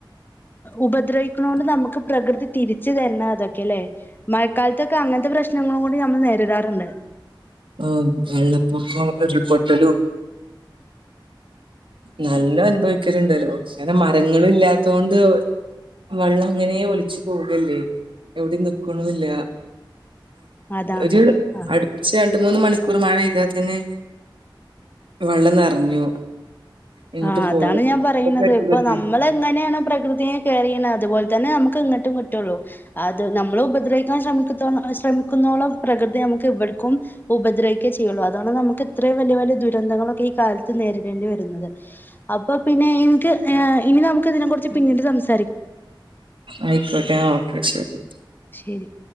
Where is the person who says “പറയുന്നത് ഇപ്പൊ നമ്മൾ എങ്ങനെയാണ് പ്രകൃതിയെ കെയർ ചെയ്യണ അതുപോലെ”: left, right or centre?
Left